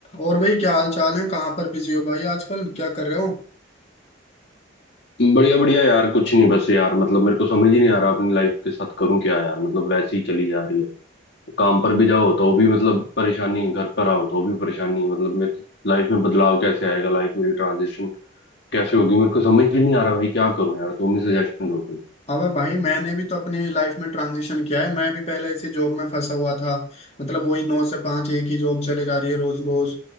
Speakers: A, on the left (about 35°); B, on the left (about 60°).
A: और भाई क्या हाल चाल है कहाँ पर बिजी हो भाई आजकल क्या कर रहे हो
B: बढ़िया बढ़िया यार कुछ नहीं बस यार मतलब मेरे को समझ ही नहीं आ रहा अपनी लाइफ के साथ करूं क्या यार मतलब वैसे ही चली जा रही है काम पर भी जाओ तो भी मतलब परेशानी घर पर आओ तो भी परेशानी मतलब मेरी लाइफ में बदलाव कैसे आएगा लाइफ मेरी ट्रांजिशन कैसे होगी मेरे को समझ ही नहीं आ रहा भाई क्या करूं यार तुम ही सजेशन दो कोई
A: अबे भाई मैंने भी तो अपनी लाइफ में ट्रांजिशन किया है मैं भी पहले ऐसी जॉब में फंसा हुआ था मतलब वही नौ से पाँच एक ही जॉब चली जा रही है रोज रोज